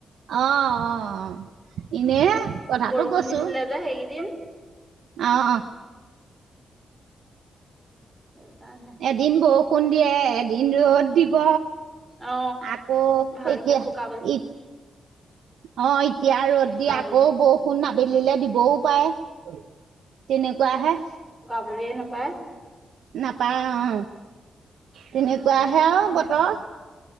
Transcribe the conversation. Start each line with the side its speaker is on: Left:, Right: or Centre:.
Right: অ অ এনেহে কথাটো
Centre: বৰষুণ
Right: কৈছো
Centre: দিছিলে যে সেইকেইদিন
Right: অ অ
Centre: সেইকাৰণে
Right: এদিন বৰষুণ দিয়ে এদিন ৰ'দ দিব
Centre: অ
Right: আকৌ
Centre: ভালকে
Right: এতিয়া ই
Centre: শুকাবলে
Right: অ এতিয়া ৰ'
Centre: শুকাবলে
Right: দ দি আকৌ বৰষুণ আবেলিলে দিব। বৌ পায় তেনেকুৱা হে
Centre: আহৰিয়ে নাপাই।
Right: নাপায় অ তেনেকুৱাহে
Centre: সেইকাৰণে
Right: আৰু বতৰ